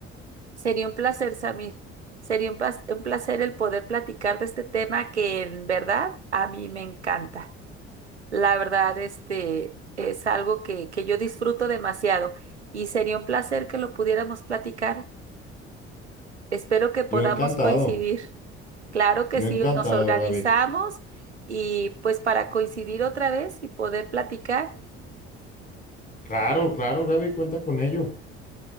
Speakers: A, on the right; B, on the left.
A: Sería un placer, Samir. Sería un plas- un placer el poder platicar de este tema que en verdad a mí me encanta. La verdad, este es algo que, que yo disfruto demasiado y sería un placer que lo pudiéramos platicar. Espero que podamos
B: Yo encantado,
A: coincidir. Claro que
B: yo
A: sí,
B: encantado,
A: nos organizamos
B: Gaby.
A: y pues para coincidir otra vez y poder platicar,
B: Claro, claro, Gaby, cuenta con ello.